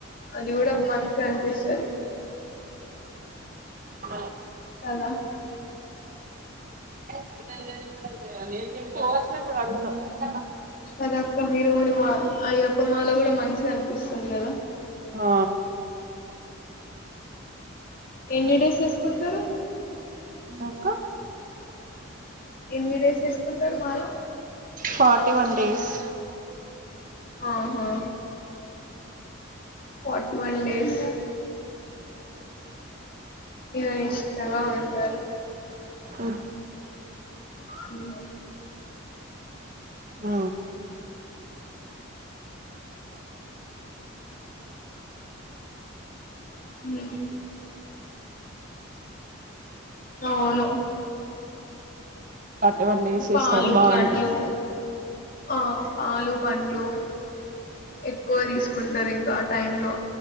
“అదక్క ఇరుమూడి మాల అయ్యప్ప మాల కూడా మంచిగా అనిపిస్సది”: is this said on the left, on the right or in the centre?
Left